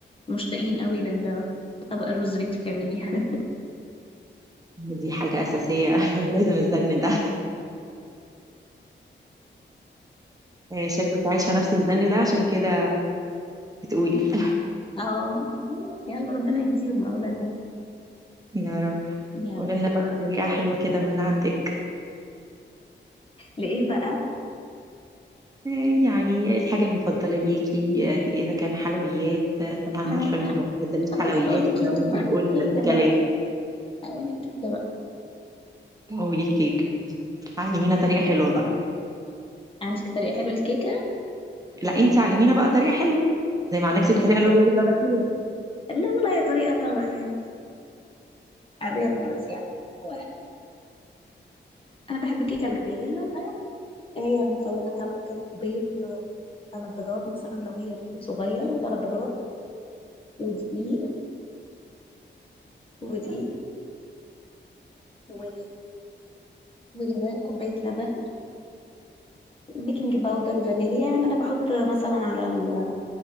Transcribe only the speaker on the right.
دي حاجه اساسيه <laughs> لازم الزن ده آه، شكلك عايشه نفس الزن ده عشان كده بتقولي <laughs>
يا رب
قولي
لنا بقى طريقه حلوه كده من عندك
آه، يعني الحاجة المفضلة ليكي آه، إذا كان حلويات آه، طبعا
عارفة إنك
ما بتفضليش
حلويات
فممكن
نقول
أكلات
قولي كيك علمينا طريقة
حلوة بقى
لا أنت علمينا بقى طريقة حلوة زي ما علمتك
طريقة للرز
بلبن حلوة